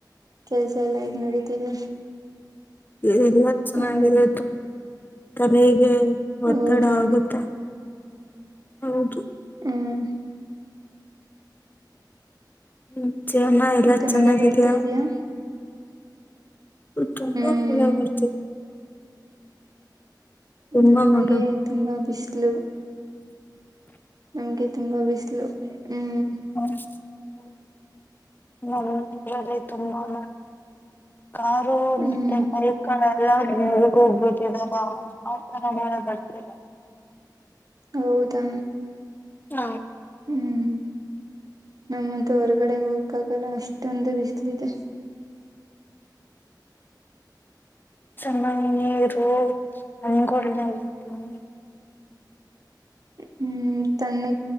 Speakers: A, on the right (about 55°); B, on the left (about 25°).
A: ಕೆಲ್ಸ ಎಲ್ಲ ಹೇಗ್ ನಡೀತಿದೆ.
B: ಎಲ್ಲ ಚೆನ್ನಾಗಿದೆ
A: ಹ್ಮ್
B: ತಲೆಗೆ ಒತ್ತಡ
A: ಹೌದಾ
B: ಆಗುತ್ತೆ. ಹೌದು
A: ಹ್ಮ್
B: ಹ್ಮ ಜಾಮಾ ಎಲ್ಲಾ
A: ಮತ್ತೆ
B: ಚೆನ್ನಾಗಿದ್ಯಾ.
A: ಮಳೆ ಬರ್ತಾ ಇದಯಾ
B: ತುಂಬಾ
A: ಹ್ಮ್
B: ಮಳೆ ಬರ್ತಿದೆ. ತುಂಬಾ
A: ನಮಗೆ
B: ಮಳೆ
A: ತುಂಬಾ ಬಿಸಿಲು. ನಮ್ಗೆ ತುಂಬಾ ಬಿಸಿಲು ಹ್ಮ್.
B: ಹ್ಮ ನಮ್ಮ ಊರಲ್ಲಿ ತುಂಬಾ ಮಳೆ. ಕಾರು
A: ಹ್ಮ್
B: ಮತ್ತೆ ಬೈಕ್ಗಳೆಲ್ಲ ನೀರಿಗೆ ಹೋಗ್ಬೇಕ್ ಇವಗ ಆತರ ಮಳೆ ಬರ್ತೈತ್.
A: ಹೌದಾ,
B: ಹ,
A: ಹ್ಮ್. ನನ್ಗತು ಹೊರ್ಗಡೆಗೆ ಹೋಗಕ್ಕಾಗಲ್ಲ ಅಷ್ಟೊಂದು ಬಿಸಿಲ ಇದೆ.
B: ಚೆನ್ನಾಗಿ ನೀರು ಹಣ್ಣುಗಳನೆಲ್ಲಾ ತಿನ್ನಿ.
A: ಹ್ಮ್ ತಣ್ಣಗಿರುತ್ತೆ